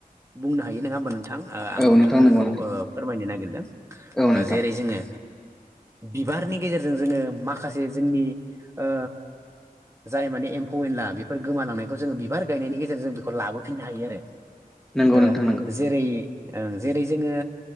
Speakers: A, on the right (about 20°); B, in the centre.
A: बुंनो हायो नोङा होमबा नोंथां थां आं
B: औ
A: नोंथांनो
B: नोंथां
A: बेखौ
B: नंगौ नोंथां
A: ओ फोरमायनो नागिरदों
B: औ
A: <unintelligible> ओ
B: नोंथां
A: जेरै जोङो बिबारनि गेजेरजों जोङो माखासे जोंनि ओ जाय माने एम्फौ एनला बेफोर गोमालांनायखौ जोङो बिबार गायनायनि गेजेरजों जों बेखौ लाबोफिननो हायो आरो
B: नंगौ
A: ओ
B: नोंथां नंगौ
A: जेरै ओं जेरै जोङो